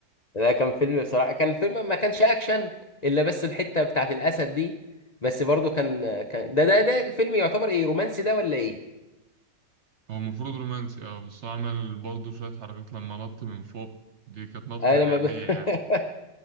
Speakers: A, on the left; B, on the right.
A: ده كان فيلم بصراحه كان فيلم ما كانش اكشن الا بس الحته بتاعت الاسد دي بس برضه كان كان ده ده ده فيلم يعتبر ايه رومانسي ده ولا ايه
B: هو المفروض رومانسي اه بس هو عمل برضه شوية حركات لما نط من فوق دي كانت نطة
A: انا
B: حقيقية
A: ما ب...
B: يعني
A: <laughs>